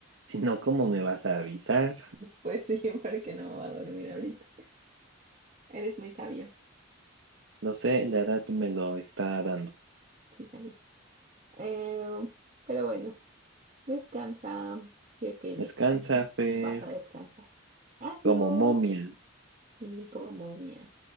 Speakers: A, on the right (about 65°); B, on the right (about 35°).
A: si no, ¿cómo me vas a avisar?
B: Pues sí, porque no me voy a dormir ahorita. Eres muy sabio.
A: No sé, la edad me lo está dando.
B: Sí, ya vi. Eh, pero bueno. Descansa, si es que lle-
A: Descansa, Fer,
B: vas a descansar. Adiós.
A: como momia.
B: Y como momia.